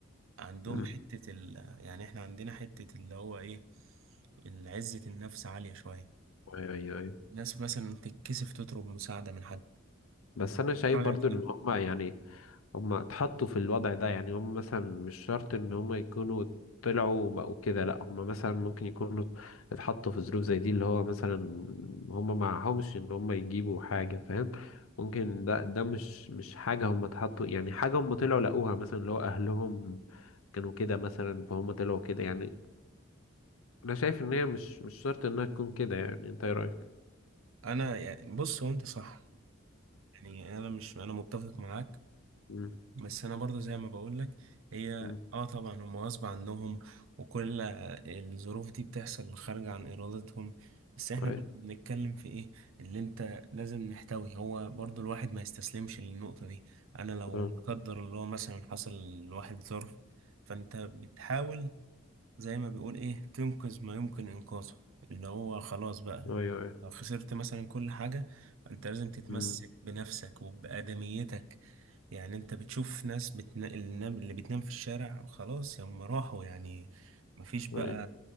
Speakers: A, on the right; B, on the left.
A: عندهم
B: مم.
A: حتة ال يعني إحنا عندنا حتة اللي هو إيه عزة النفس عالية شوية
B: ايوه ايوه ايوه
A: ناس مثلا تتكسف تطلب مساعدة من حد
B: بس انا شايف
A: رأيك
B: برضو ان
A: ايه؟
B: هما يعني هما اتحطوا في الوضع ده يعني هما مثلا مش شرط ان هما يكونوا طلعوا وبقوا كده لا هما مثلا ممكن يكونوا اتحطوا في ظروف زي دي اللي هو مثلا هما معهمش ان هما يجيبوا حاجة فاهم ممكن ده ده مش مش حاجة هما اتحطوا يعني حاجة هما طلعوا لقوها مثلا اللي هو اهلهم كانوا كده مثلا فهم طلعوا كده يعني انا شايف ان هي مش مش شرط انها تكون كده يعني انت ايه رأيك؟
A: انا يعني بص هو انت صح يعني انا مش انا متفق معاك
B: مم.
A: بس انا برضو زي ما بقول لك هي
B: مم.
A: اه طبعا هم غصب عنهم وكل الظروف دي بتحصل خارجة عن ارادتهم بس احنا
B: أيوة
A: برضو بنتكلم في ايه اللي انت لازم نحتوي هو برضو الواحد ما يستسلمش للنقطة دي انا لو
B: أه.
A: لا قدر الله مثلا حصل لواحد ظرف فانت بتحاول زي ما بيقول ايه تنقذ ما يمكن انقاذه اللي هو خلاص بقى
B: أيوة أيوة
A: لو خسرت مثلا كل حاجة انت لازم تتمسك
B: مم.
A: بنفسك وبآدميتك يعني انت بتشوف ناس بتنا... النام- اللي بتنام في الشارع خلاص هم راحوا يعني مفيش بقى
B: أيوة